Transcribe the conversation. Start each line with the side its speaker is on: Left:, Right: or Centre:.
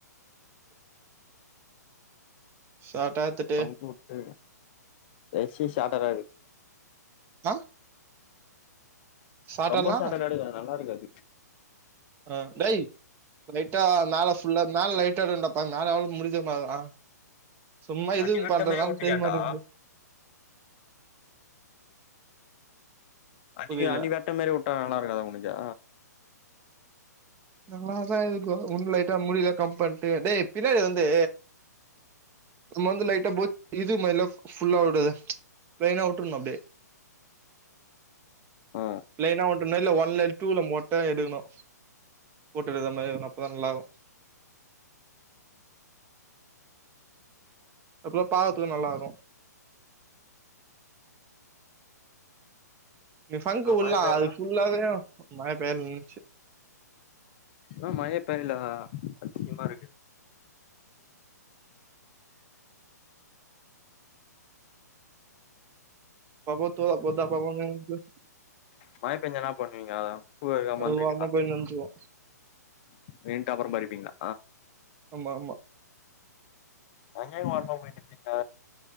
Right: சாட்டா எட்த்து
Left: ஃபங்கு உட்டு ரெஸ்ஸு சாட்டாரா இருகு
Right: அ ஷார்ட்டாலா
Left: ரொம்ப சாட்டடா எடுக்காத நல்லா இருக்காது
Right: அ டேய் லைட்டா மேல ஃபுல்லா மேல் லைட்டாதாண் டப்பாங் மேல அவுங்ளுக் முடிஞ்ச மார்தா சும்மா இதுங்
Left: அன்னி வெட்ட
Right: பண்றதாங்
Left: மாரி விட்டுக்கேன்டா
Right: தெரி மாட்டிங்குது
Left: அன்னிக்கு
Right: புரியல
Left: அனி வெட்ட மாரி உட்ட நல்லா இருக்காதா உனக்கா
Right: நல்லாதா இருக்கு உனுக்கு லைட்டா முடி இத கம் பண்ட்டு டேய் பின்னாடி வந்து நம்ம வந்து லைட்டா போ இது மார்லா ஃபுல்லா உடாத ப்ளைனா உட்டுர்னு அப்டே
Left: ஆ
Right: ப்ளைலனா உட்டுர்னு இல்ல ஒன்லெல் டூல மொட்ட எடுக்குணு போட்டு வித மாரி இருக்னு அப்பதா நல்லார்க்கு அப்புதா பாகறதுக்கு நல்லா இருக்கு ஃபங்கு
Left: என்ன
Right: உள்ளா
Left: மழ பெய்யல
Right: அது ஃபுல்லாவே மழ பெய்ர்ந் நின்னுச்சு
Left: ம் மழயே பெய்ல ஆச்சிரிமா இருக்கு
Right: பா போத்தோ அப்போத்தா போதுங் இர்ந்சசு
Left: மழபெஞ்சனா பண்ணுவீங்க அத புகலு அ
Right: அது
Left: மந்த்ரி
Right: ஓரமா
Left: நின்னா
Right: போய் நின்றுக்கு
Left: நின்ட்டு அப்புறோ படிப்பீங்ளா
Right: ஆமா ஆமா
Left: அங்யே ஓர்மா போய் நிப்பீங்க